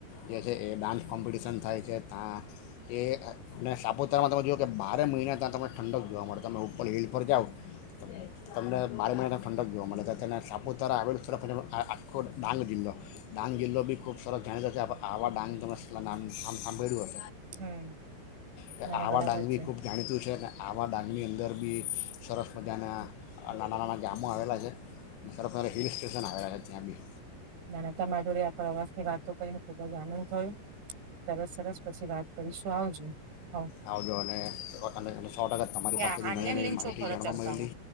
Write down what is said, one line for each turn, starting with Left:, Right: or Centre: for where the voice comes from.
Left: જે છે એ ડાન્સ કોમ્પિટિશન થાય છે ત્યાં એ અને સાપુતારામાં તમે જુઓ કે બારે મહિના ત્યાં તમને ઠંડક જોવા મળે તમે ઉપર હિલ પર જાઓ તમને મારે મહિનેને ઠંડક જો મળ તેને સાપુતારા આવેલું સરફ આખો ડાંગ જિલ્લો ડાંગ જિલ્લો બી ખૂબ સરસ જાણીતો છે આવા ડાંગ તમે નામ નામ સાંભળ્યું
Right: હમ
Left: હત
Right: નાના
Left: આવા
Right: બરાબર
Left: ડાંગી
Right: છે
Left: ખુબ જાણીતું છે ને આવા ડાંગની અંદર બી સરરાફ બધાના નાનાં નાના ગામો આવેલા છે સર હિલ સ્ટેશન આવેલા છે ત્યાં બી
Right: નાનતા માધોડ આપ પ્રવાસ ની વાતો કરીને ખુબ જ આનંદ થયો સરસ સરસ પછી વાત કરીશું આવજો હ.
Left: આવજો અને સો ટકાત તમારી
Right: યા
Left: પાસે બી
Right: આન્યન
Left: નવી નવી
Right: લીન
Left: માહિતી
Right: છો પરત
Left: જાણવા
Right: તડકામાં
Left: મળેલી